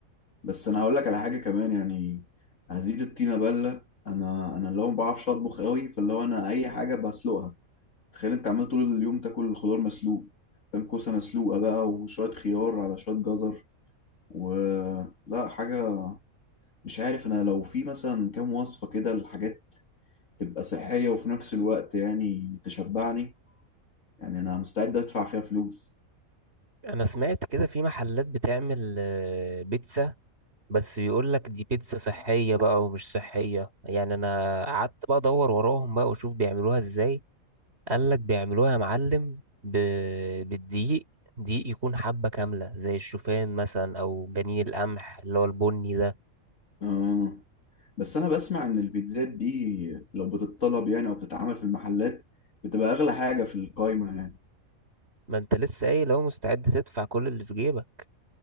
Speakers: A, on the left; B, on the right.
A: بس انا هقول لك على حاجة كمان يعني هزيد الطينة بلة انا انا اللي هو ما بعرفش اطبخ قوي فاللي هو انا اي حاجة بسلقها تخيل انت عمال طول اليوم تاكل الخضار مسلوق فاهم كوسة مسلوقة بقى وشوية خيار على شوية جزر ولا حاجة مش عارف أنا لو في مثلا كام وصفة كده الحاجات تبقى صحية وفي نفس الوقت يعني تشبعني يعني أنا مستعد أدفع فيها فلوس
B: انا سمعت كده في محلات بتعمل آه، بيتزا بس بيقول لك دي بيتزا صحية بقى ومش صحية يعني انا قعدت بقى ادور وراهم بقى واشوف بيعملوها ازاي قال لك بيعملوها يا معلم ب... بالدقيق دقيق يكون حبة كاملة زي الشوفان مثلا او جنين القمح اللي هو البني ده
A: آه. بس أنا بسمع إن البيتزات دي لو بتتطلب يعني أو بتتعمل في المحلات بتبقى أغلى حاجة في القايمة يعني
B: ما انت لسه قايل لو مستعد تدفع كل اللي في جيبك